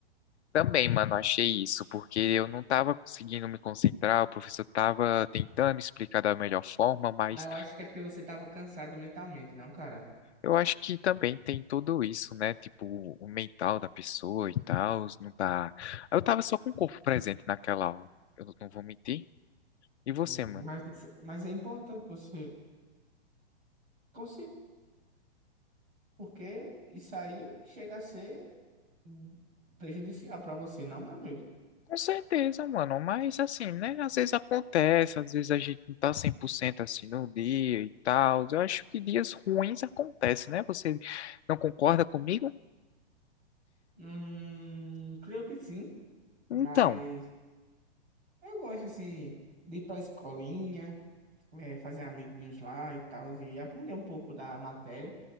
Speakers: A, on the left; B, on the right.
A: Também, mano, achei isso, porque eu não tava conseguindo me concentrar, o professor tava tentando explicar da melhor forma, mas
B: Mas eu acho que é porque você tava cansado mentalmente, não, cara?
A: eu acho que também tem tudo isso, né? Tipo, o mental da pessoa e tal, não tá. Eu tava só com o corpo presente naquela aula, eu não vou mentir. E você,
B: Hum,
A: mano?
B: Mas, mas é importante você conseguir, porque isso aí chega a ser hum, prejudicial pra você, não, meu amigo?
A: Com certeza, mano, mas assim, né? Às vezes acontece, às vezes a gente não tá 100% assim no dia e tal. Eu acho que dias ruins acontecem, né? Você não concorda comigo?
B: Hum, creio que sim, mas
A: então
B: eu gosto assim de ir pra escolinha, eh, fazer amiguinhos lá e tal, e aprender um pouco da matéria.